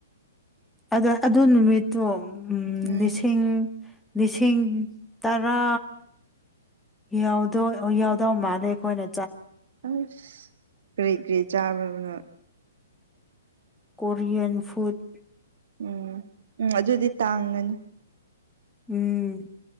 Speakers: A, in the centre; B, on the right.
A: ꯑꯗ ꯑꯗꯨ ꯅꯨꯃꯤꯠꯇꯣ
B: ꯎꯝ
A: ꯂꯤꯁꯤꯡ ꯂꯤꯁꯤꯡ ꯇꯔꯥ ꯌꯥꯎꯗꯣ ꯌꯥꯎꯗꯣ ꯃꯥꯅꯦꯦ ꯀꯣꯋꯥꯅ
B: ꯑꯁ ꯀꯔꯤ ꯀꯔꯤ ꯆꯥꯕꯅ
A: ꯀꯣꯔꯤꯌꯟ ꯐꯨꯗ
B: ꯎꯝ ꯎꯝ ꯑꯗꯨꯗꯤ ꯇꯥꯡꯒꯅꯤ
A: ꯎꯝ